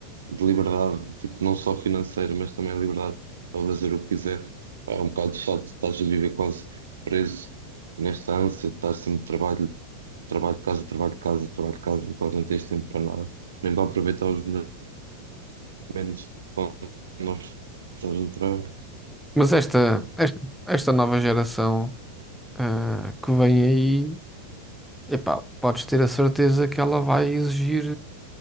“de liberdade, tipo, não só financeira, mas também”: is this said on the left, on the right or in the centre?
Right